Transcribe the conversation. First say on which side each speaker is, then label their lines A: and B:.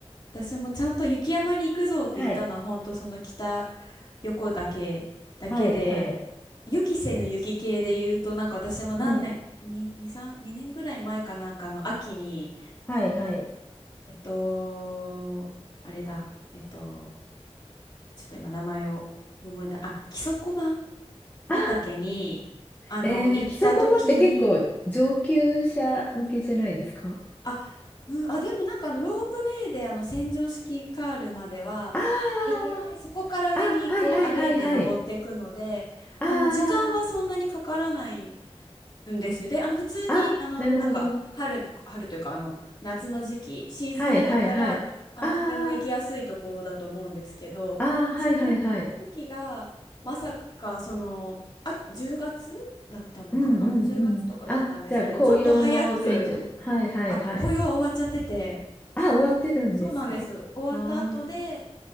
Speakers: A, on the left (about 40°); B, on the left (about 15°).
A: 私もちゃんと雪山に行くぞと言ったのは、
B: はい、
A: 本当その北横岳だけで、
B: はい、はい、
A: 予期せぬ雪系で言うと、なんか私も何年、
B: うん、
A: 2、2、3、2年ぐらい前かなんかの秋に、
B: はい、はい。
A: えっと、あれだ、えっと、ちょっと今名前を思い出、あ、木曽駒ヶ岳に、
B: あ
A: あの、
B: ーえー、
A: 行った時に、
B: 木曽駒って結構上級者向けじゃないですか
A: あ、うん、あ、でもなんかあの、ロープウェイであの、洗浄式カールまでは行けて、
B: あー
A: そこから上にこう歩いて登っていくので、
B: あ、はいはいはいはい。あー
A: あの、時間はそんなにかからないうんですよ。で、あの普通にあのなんか春とか春というかあの夏の時期シーズンだったらあのとても行きやすいところだと思うんですけど、
B: あ、なるほど。はいはいはい。ああ、ああ、はいはいはい。
A: その時がまさかそのあ10月だったのかな10月とかだったんですけどちょっと早く
B: うんうんうん。あ、じゃあ紅葉の千住。はいはいはい。
A: あ紅葉は終わっちゃってて
B: あ、終わってるんですか。
A: そうなんです終わった後で
B: あ